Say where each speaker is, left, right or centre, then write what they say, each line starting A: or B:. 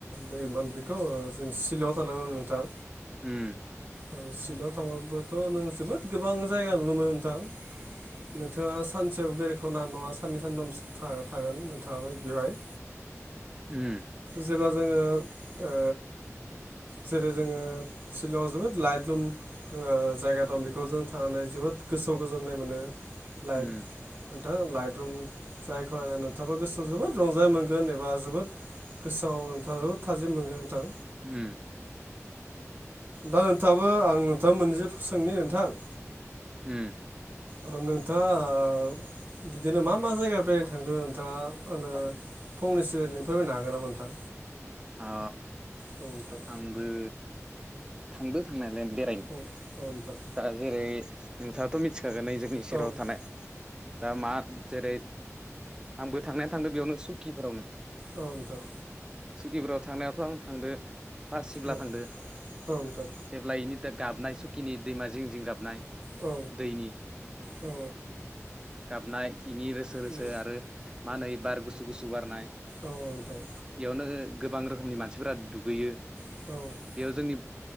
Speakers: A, on the right; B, on the right.
A: दै मान बेखौ जों सिलंआव थांदोंमोन नोंथां
B: उम
A: औ सिलंआव थांबाबोथ' नों जोबोद गोबां जायगा नुनो मोनो नोंथां। नोंथाङा सानसेयाव बेरायखावनो हानाय नङा साननै सानथामस था थागोन नोंथ थाबाय बेवहाय
B: उम।
A: जेब्ला जोङो ओ जेरै जोङो सिलंआव जोबोद लाइट लुम ओ जायगा दं बेखौ जों थानानै जोबोद गोसोआव गोजोननाय मोनो। लाइट
B: उम
A: नोंथां लाइट रुम जायखौ नोंथांआबो गोसोआव जोबोद रंजाय मोनगोन। गोन एबा जोबोद गोसोआव नोंथाङा जोबोद थाजिम मोनगोन नोंथां।
B: उम
A: दा नोंथाङाबो आं नोंथांनाव मोनैसो सोंनि नोंथां?
B: उम
A: ओ नोंथाङा ओ बिदिनो मा मा जायगा बेरायनो थांखो नोंथाङा? ओ नो फंनैसो ओरैनो फोरमायनो हागोन नामा नोंथां।
B: अ
A: औ नोंथां
B: आंबो। थांदो थांनायालाय बेरायनो
A: औ नोंथां
B: दा जेरै नोंथाङाथ' मिथिखागोन नै जों
A: औ
B: नि सेराव
A: औ
B: थानाय दा मा आद जेरै आंबो थांनाया थांदों बेयावनो सुकिफोरावनो।
A: औ नोंथां।
B: सुकिबुराव थांनायावाथ' आं थांदो फा सिब्ला
A: औ
B: थांदो
A: औ नोंथां
B: जेब्ला इनि दा गाबनाय सुखिनि दैमा जिं जिं गाबनाय
A: औ
B: दैनि
A: औ
B: गाबनाय इनि रोसो रोसो
A: उम
B: आरो। मा होनो इ बार गुसु गुसु बारनाय।
A: औ नोंथां
B: इयावनो गोबां रोखोमनि मानसिफोरा दुगैयो।
A: औ।
B: बेयाव जोंनि